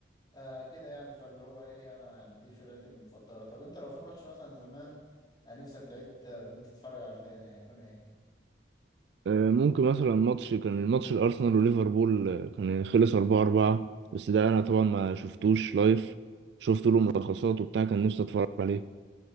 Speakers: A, on the left; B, on the right.
A: آه كده يعني فاللي هو ايه انا يعني دي فرقتي المفضله طب انت لو في ماتش مثلا زمان آه، نفسك تعيد آه، ان انت تتفرج عليه تاني هيكون ايه
B: آه، ممكن مثلا ماتش كان الماتش الأرسنال وليفربول آه، كان خلص أربعة أربعة بس ده أنا طبعا ما شفتوش لايف شفت
A: امم
B: له ملخصات وبتاع كان نفسي أتفرج عليه